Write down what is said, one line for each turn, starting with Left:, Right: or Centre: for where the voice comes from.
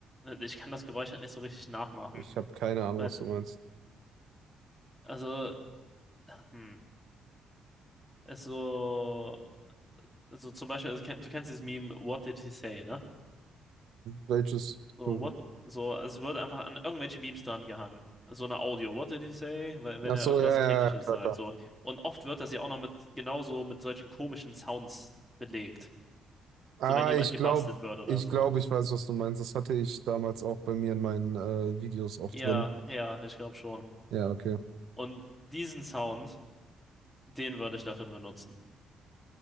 Centre: Ich kann das Geräusch halt nicht so richtig nachmachen.
Right: Ich habe keine Ahnung,
Centre: Weil,
Right: was du meinst.
Centre: also, hm, ist so. so zum Beispiel, also, kenn- du kennst dieses Meme, What did he say, ne?
Right: Welches,
Centre: So,
Right: du,
Centre: what, so, es wird einfach an irgendwelche Memes dran gehangen. So eine Audio, What did he say? Weil, wenn
Right: ach
Centre: er
Right: so,
Centre: irgendwas
Right: ja, ja,
Centre: Kritisches
Right: ja, klar,
Centre: sagt,
Right: klar.
Centre: so. Und oft wird das ja auch noch mit, genauso mit solchen komischen Sounds belegt.
Right: Ah,
Centre: So, wenn jemand
Right: ich
Centre: gebastelt
Right: glaube,
Centre: wird oder
Right: ich
Centre: so.
Right: glaube, ich weiß, was du meinst. Das hatte ich damals auch bei mir in meinen äh, Videos auch
Centre: Ja,
Right: drin.
Centre: ja, ich glaube schon.
Right: Ja, okay.
Centre: Und diesen Sound, den würde ich dafür benutzen.